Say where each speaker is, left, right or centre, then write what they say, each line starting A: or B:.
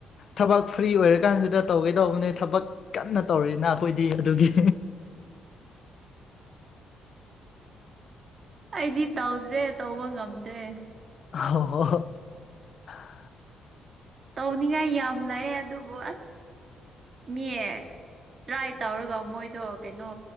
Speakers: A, on the left; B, on the right.
A: ꯊꯕꯛ ꯐ꯭ꯔꯤ ꯑꯣꯏꯔꯀꯥꯟꯁꯤꯗ ꯇꯧꯒꯦ ꯇꯧꯕꯅꯤ ꯊꯕꯛ ꯀꯟꯅ ꯇꯧꯔꯤꯅ ꯑꯩꯈꯣꯏꯗꯤ ꯑꯗꯨꯒꯤ
B: ꯑꯩꯗꯤ ꯇꯧꯗ꯭ꯔꯦ ꯇꯧꯕ ꯉꯝꯗ꯭ꯔꯦ
A: ꯍ ꯍ <inaudible>
B: ꯇꯧꯅꯤꯡꯉꯥꯏ ꯌꯥꯝ ꯂꯩꯑꯦ ꯑꯗꯨꯕꯨ ꯑꯁ ꯃꯜ <inaudible> ꯇ꯭ꯔꯥꯏ ꯇꯧꯔꯒ ꯃꯣꯏꯗꯣ ꯀꯩꯅꯣ